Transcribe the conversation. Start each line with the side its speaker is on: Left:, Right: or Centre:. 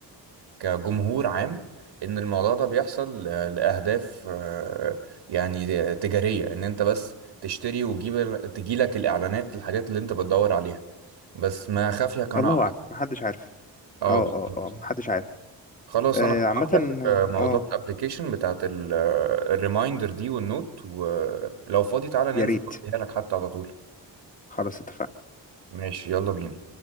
Right: كجمهور عام ان الموضوع ده بيحصل آه، لاهداف آه، يعني آه، تجاريه ان انت بس تشتري وتجيب تجيلك الاعلانات الحاجات اللي انت بتدور عليها بس ما خافيك انا
Left: الله
Right: أعرف.
Left: اعلم محدش عارف
Right: اه
Left: اه
Right: بالظبط
Left: اه اه محدش عارف
Right: خلاص
Left: آه
Right: انا هبعت
Left: عامه
Right: لك آه، موضوع
Left: اه
Right: الابلكيشن بتاعت ال- آه، الريمايندر دي والنوت ولو فاضي تعالى ننزل
Left: يا ريت
Right: اوريها لك حتى على طول
Left: خلاص اتفقنا
Right: ماشي يلا بينا